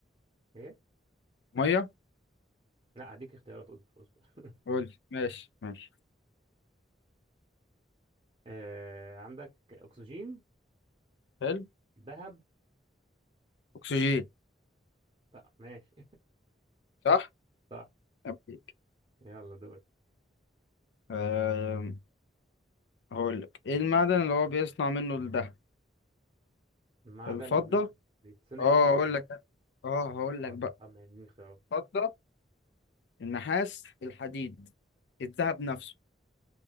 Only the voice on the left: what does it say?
مية
قول ماشي ماشي
حلو
أكسجين
صح؟
أبيك
أه... هقول لك إيه المعدن اللي هو بيصنع منه الذهب؟
الفضة
أه
هقول لك أه هقول لك
بقى
الفضة النحاس الحديد الذهب نفسه